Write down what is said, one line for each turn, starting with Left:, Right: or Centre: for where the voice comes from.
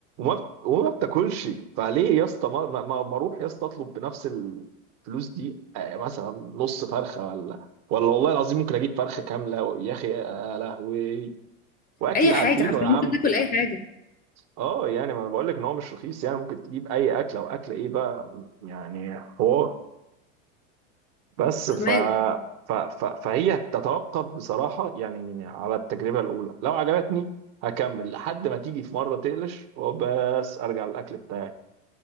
Right: بت- وما بتاكلش فليه يا اسطى ما, ما, ما ما اروح يا اسطى اطلب بنفس الفلوس دي آه، مثلا نص فرخه ولا ولا والله العظيم ممكن اجيب فرخه كامله يا اخي يا لهوي واكل
Left: اي حاجه
Right: عارفينه
Left: حرفيا
Right: يا عم
Left: ممكن تاكل اي حاجه
Right: اه يعني ما انا بقول لك ان هو مش رخيص يعني ممكن تجيب اي اكل او اكل ايه بقى يعني حوار بس
Left: فاهماك
Right: ف ف ف فهي تتوقف بصراحه يعني على التجربه الاولى لو عجبتني هكمل لحد ما تيجي في مره تقلش وبس ارجع للاكل بتاعي